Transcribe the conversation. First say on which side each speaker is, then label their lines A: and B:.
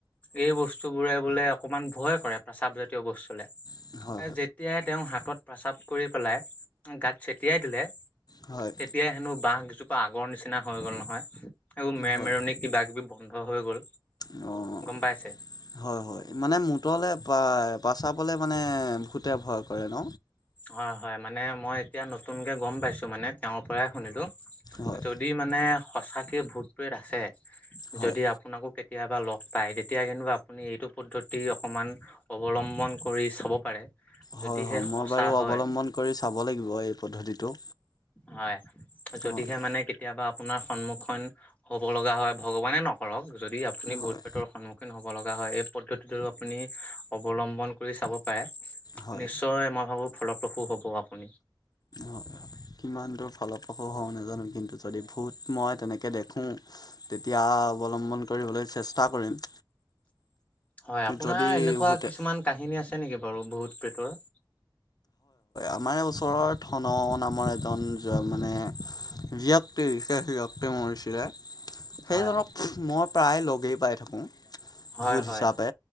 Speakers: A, on the left; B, on the left.
A: এই বস্তু বোৰে বোলে অকনমান ভয় কৰে প্ৰসাৱ জাতীয় বস্তুলে
B: হয় হয়
A: যেতিয়াই তেওঁ হাতত প্ৰস্ৰাৱ কৰি পেলাই গাত ছটিয়াই দিলে
B: হয়
A: তেতিয়াই হেনো বহ গজোপা আগৰ নিচিনা হৈ গ'ল নহয় এইবোৰ মেৰমেৰণি
B: হয়
A: কিবা কিবি বন্ধ হৈ গ'ল
B: অ',
A: গম পাইছে।
B: হয় হয় মানে মূতলৈ প পাচাবলৈ মানে ভূতে ভয় কৰে ন।
A: হয় হয় মানে মই এতিয়া নতুনকে গম পাইছো মানে তেওঁৰ পৰাই শুনিলো।
B: হয়
A: যদি মানে সঁচাকে ভোতটোৱেত আছে
B: হয়
A: যদি আপোনাকো কেতিয়াবা লগ পাই তেতিয়া কিন্তু আপুনি এইটো পদ্ধতি অকমান অৱলম্ব ভন কৰি চাব পাৰে যদিহে
B: হয় হয় মই
A: সঁচা
B: বাৰু
A: হয়
B: অৱলম্বন কৰি চাব লাগিব এই পদ্ধতিটো।
A: হয়। যদিহে
B: হয়
A: মানে কেতিয়াবা আপোনাৰ সন্মুখন হব লগা হয় ভগৱানে নকৰক যদি আপুনি ভূত
B: হয়
A: পেতৰ সন্মুখীন হব লগা হয় এই পদ্ধতিটো আপুনি অৱলম্বন কৰি চাব পাৰে।
B: হয়
A: নিশ্চয় মই ভাবো ফলপ্ৰসূ হ'ব আপুনি।
B: হয় কিমান দূৰ ফলপ্ৰসূ হওঁ নাজানো কিন্তু যদি ভূত মই তেনেকৈ দেখোঁ তেতিয়া অৱলম্বন কৰিবলৈ চেষ্টা কৰিম।
A: হয় আপোনাৰ
B: যদি
A: এনেকুৱা
B: ভূতে
A: কিছুমান কাহিনী আছে নেকি বাৰু বহুত পেটৰ
B: আমাৰ ওচৰৰ ধন ন নামৰ এজন মানে ব্যক্তি হৈছে সেই ব্যক্তি মোৰছিলে সেইজনক
A: হয়
B: মই প্ৰায় লগেই পাই থাকোঁ
A: হয়
B: ভূত
A: হয়
B: হিচাপে